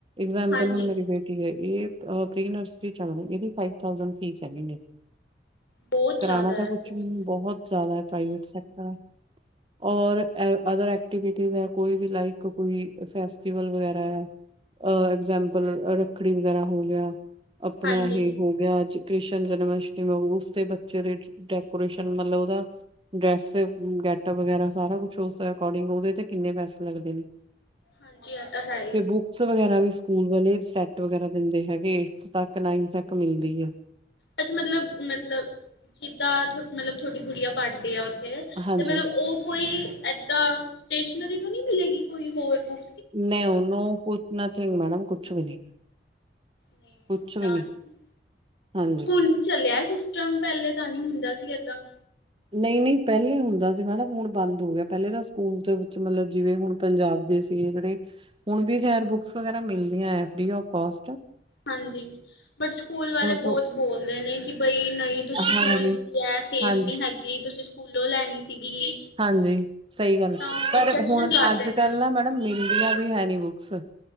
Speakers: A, on the right; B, on the left.
A: ਇਗਜਾਮਪਲ
B: ਹਾਂਜੀ
A: ਹੁਣ ਮੇਰੀ ਬੇਟੀ ਹੈ ਇਹ। ਇਹ ਪ੍ਰੀਸਰੀ 'ਚ ਆ ਹੁਣ ਇਹਦੀ ਫਾਈਵ ਥਾਊ ਜੈਟ ਫੀਸ ਹੈ, ਮਹੀਨੇ ਦੀ।
B: ਬਹੁਤ
A: ਕਰਾਣਾ
B: ਜ਼ਿਆਦਾ
A: ਤਾਂ
B: ਹੈ
A: ਕੁਛ
B: ਬਹੁਤ
A: ਵੀ ਨਹੀਂ ਬਹੁਤ ਜ਼ਿਆਦਾ ਹੈ, ਪ੍ਰਾਈਵੇਟ ਸੈਕਟਰ ਹੈ। ਔਰ ਅਦਰ ਐਕਟੀਵਿਟੀਜ਼ ਹੈ, ਕੋਈ ਵੀ ਲਾਈਕ ਕੋਈ ਫੈਸਟੀਵਲ ਵਗੈਰਾ ਹੈ, ਐਗਜਾਮਪਲ ਰੱਖੜੀ ਵਗੈਰਾ ਹੋ ਗਿਆ। ਆਪਣਾ
B: ਹਾਂਜੀ
A: ਇਹ ਹੋ ਗਿਆ ਅੱਜ। ਕ੍ਰਿਸ਼ਨ ਜਨਮਸ਼ਟਮੀ। ਤੇ ਉਸ ਬੱਚੇ ਦੇ ਡੈਕੋਰੇਸ਼ਨ ਮਤਲਬ ਉਹਦਾ ਡਰੈਸ ਗੈਟ ਵਗੈਰਾ ਸਾਰਾ ਕੁਛ ਉਸ ਅਕੋਰਡਿੰਗ ਉਹਦੇ ਤੇ ਕਿੰਨੇ ਪੈਸੇ ਲੱਗਦੇ ਨੇ।
B: ਹਾਂਜੀ ਇਹ ਤਾਂ ਹੈ ਹੀ
A: ਫਿਰ ਬੁੱਕਸ ਵਗੈਰਾ ਵੀ। ਸਕੂਲ ਵਾਲੇ ਸੈਟ ਵਗੈਰਾ ਦਿੰਦੇ ਹੈਗੇ, ਏਥੇ ਤੱਕ ਨਾਈਨਥ ਤੱਕ ਮਿਲਦੀ ਆ।
B: ਇਹ 'ਚ ਮਤਲਬ ਮਤਲਬ ਜਿੱਦਾਂ ਮਤਲਬ ਥੋਡੀ ਗੁੱਡੀਆ ਪੜਦੀ ਆ ਉੱਥੇ
A: ਹੈ। ਹਾਂਜੀ
B: ਤੇ ਮਤਲਬ ਉਹ ਕੋਈ ਏਦਾਂ ਸਟੇਸ਼ਨਰੀ। ਉੱਥੋਂ ਨੀ ਮਿਲੇਗੀ ਕੋਈ ਹੋਰ ਬੁਕ
A: ਮੈਂ ਉਹ ਨੂੰ ਕੁਝ ਨਥਿੰਗ ਮੈਡਮ ਕੁਛ ਵੀ ਨਹੀਂ।
B: ਨਹੀਂ
A: ਕੁਛ
B: ਏਦਾਂ
A: ਵੀ ਨਹੀਂ
B: ਨੀ
A: ਹਾਂਜੀ
B: ਹੁਣ ਚੱਲਿਆ ਐ। ਸਿਸਟਮ ਪਹਿਲੇ ਤਾਂ ਨਹੀ ਹੁੰਦਾ ਸੀ ਏਦਾਂ।
A: ਨਹੀਂ ਨਹੀਂ ਪਹਿਲੇ ਹੁੰਦਾ ਸੀ ਮੈਡਮ ਹੁਣ ਬੰਦ ਹੋ ਗਿਆ ਪਹਿਲੇ ਤਾਂ ਸਕੂਲ ਦੇ ਵਿੱਚ ਮਤਲਬ ਜਿਵੇ ਹੁਣ ਪੰਜਾਬ ਦੇ ਸੀ ਜਿਹੜੇ ਹੁਣ ਵੀ ਖ਼ੈਰ ਬੁੱਕਸ ਵਗੈਰਾ ਮਿਲਦੀਆਂ ਫ੍ਰੀ ਅਫਕੋਸਟ।
B: ਹਾਂਜੀ ਬਟ ਸਕੂਲ ਵਾਲੇ ਬਹੁਤ
A: ਤੋਂ
B: ਬੋਲਦੇ ਨੇ? ਕਿ ਬਈ ਨਹੀਂ ਤੁਸੀਂ
A: ਹਾਂਜੀ-ਹਾਂਜੀ,
B: ਕਿਉਂ ਲਿੱਤੀ ਹੈ ਸੇਮ
A: ਹਾਂਜੀ
B: ਨਹੀ ਹੈਗੀ ਤੁਸੀਂ ਸਕੂਲੋਂ ਲੈਣੀ ਸੀਗੀ
A: ਹਾਂਜੀ ਸਹੀ ਗੱਲ ਹੈ।
B: ਤਾਂ
A: ਪਰ
B: ਓਬਜੈਕਸ਼ਨ
A: ਹੁਣ
B: ਕਰਦੇ
A: ਅੱਜ-ਕੱਲ੍ਹ
B: ਨੇ?
A: ਨਾ ਮੈਡਮ ਮਿਲਦੀਆਂ ਵੀ ਹੈ ਨੀ ਬੁੱਕਸ